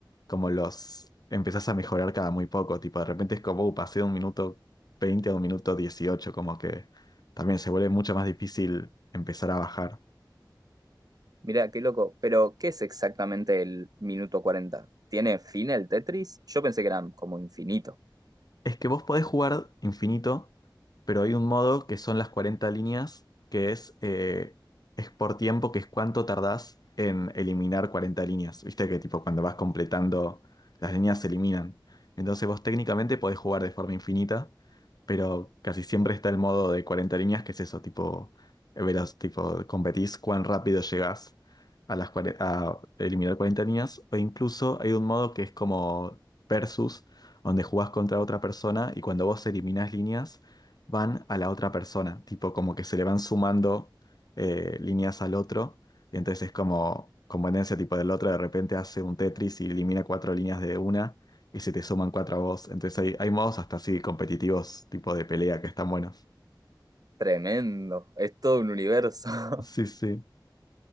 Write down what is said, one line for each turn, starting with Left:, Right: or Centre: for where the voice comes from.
Left: como los empezás a mejorar cada muy poco, tipo de repente es como, "Uh, pasé de un minuto veinte a un minuto dieciocho, como que también se vuelve mucho más difícil empezar a bajar.
Right: Mirá, qué loco. Pero, ¿qué es exactamente el minuto 40? ¿Tiene fin el Tetris? Yo pensé que era como infinito.
Left: Es que vos podés jugar infinito, pero hay un modo que son las 40 líneas, que es, eh, es por tiempo, que es cuánto tardás en eliminar 40 líneas. Viste que tipo cuando vas completando, las líneas se eliminan. Entonces vos técnicamente podés jugar de forma infinita, pero casi siempre está el modo de 40 líneas, que es eso, tipo, eh, veloz, tipo, competís cuán rápido llegás a las cuare- a eliminar 40 líneas, o incluso hay un modo que es como versus donde jugás contra otra persona y cuando vos eliminás líneas, van a la otra persona, tipo como que se le van sumando eh, líneas al otro, y entonces es como conveniencia tipo del otro, de repente hace un Tetris y elimina cuatro líneas de una y se te suman cuatro a vos, entonces hay, hay modos hasta así competitivos, tipo de pelea, que están buenos.
Right: Tremendo. Es todo un universo. <laughs>
Left: Sí, sí.